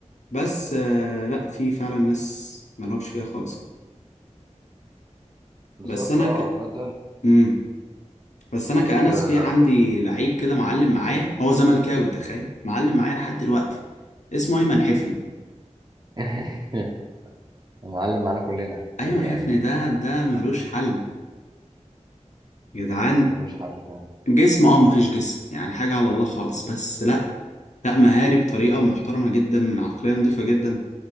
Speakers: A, on the left; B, on the right.
A: بس آه لا في فعلا ناس ملهمش فيها خالص
B: بالظبط
A: بس انا
B: اه
A: ك
B: عامة
A: مم. بس انا كأنس
B: آه،
A: في عندي لعيب كده معلم معايا هو زملكاوي تخيل معلم معايا لحد دلوقتي اسمه ايمن حفني
B: <laughs> معلم معانا كلنا
A: ايمن
B: حقيقة
A: حفني
B: يعني
A: ده ده ملوش حل يا جدعان
B: هو ملوش حل فعلا
A: جسم اه مفيش جسم يعني حاجة على الله خالص بس لا لا مهاري بطريقة محترمة جدا عقلية نظيفة جدا